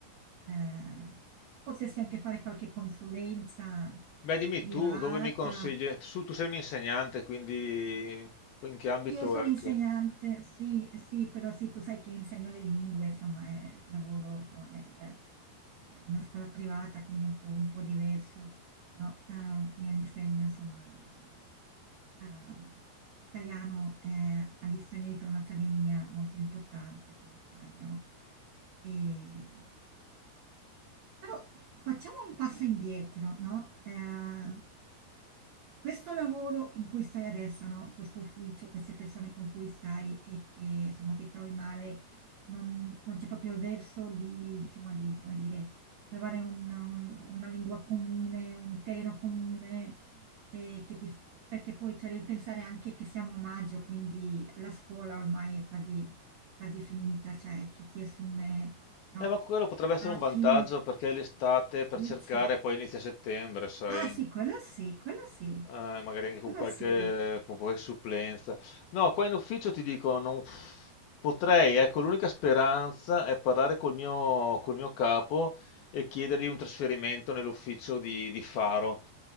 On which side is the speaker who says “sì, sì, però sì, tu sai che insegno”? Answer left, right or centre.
Right